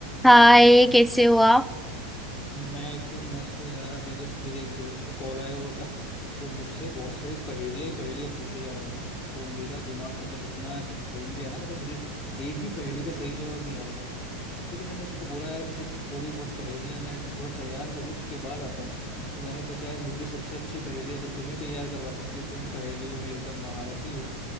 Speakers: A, in the centre; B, on the left.
A: हाय कैसे हो आप
B: मैं एकदम मस्त हूँ यार अभी जस्ट मेरे एक दोस्त का कॉल आया हुआ था तो मुझसे बहुत सारी पहेलियां ही पहेलियां पूछे जा रहा था तो मेरा दिमाग मतलब इतना ऐसे घूम गया ना मतलब मुझे एक भी पहेली का सही जवाब नहीं आ रहा था फिर मैंने उसको बोला यार मैं देख थोड़ी बहुत पहेलियां मैं थोड़ा तैयार करूँ उसके बाद आता हूँ तो मैंने सोचा यार मुझे सबसे अच्छी पहेलियां तो तुम ही तैयार करवा सकती हो तुम पहेलियों में एकदम महारथी हो